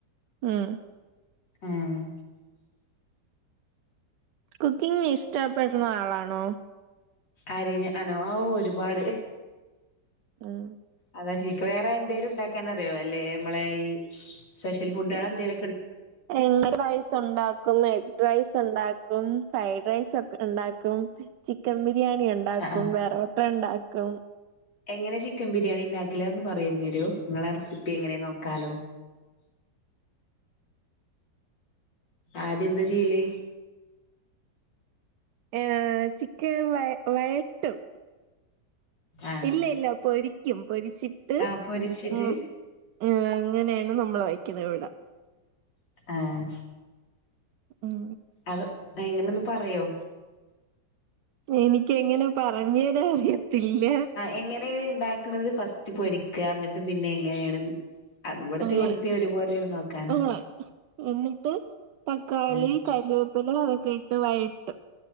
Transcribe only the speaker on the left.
ഏഹ്.
ആര് ഞാനോ ഓഹ് ഒരുപാട്
അതാ ചേച്ചിക്ക് വേറെ എന്തേലും ഉണ്ടാക്കാൻ അറിയോ അല്ലേ നമ്മളെ ഈ സ്പെഷ്യൽ ഫുഡുകൾ എന്തേലും-
ആഹ്
എങ്ങനെയാ ചിക്കൻ ബിരിയാണി ഉണ്ടാക്കല് അത് ഒന്ന് പറഞ്ഞരോ നിങ്ങളെ റെസിപ്പി എങ്ങനെയാന്ന് നോക്കാലോ ആദ്യം എന്താ ചെയ്യല്
ആഹ്
ആഹ് പൊരിച്ചിട്ട്
ആഹ്
അത് എങ്ങനെയാ ഒന്ന് പറയോ?
എങ്ങനെയാണ് ഉണ്ടാക്കണത് ഫസ്റ്റ് പൊരിക്കുക എന്നിട്ട് പിന്നെ എങ്ങനെയാണ് അവിടുത്തെ
ഇവിടുത്തെ ഒരുപോലെയാണോന്ന് നോക്കാലോ
ആഹ്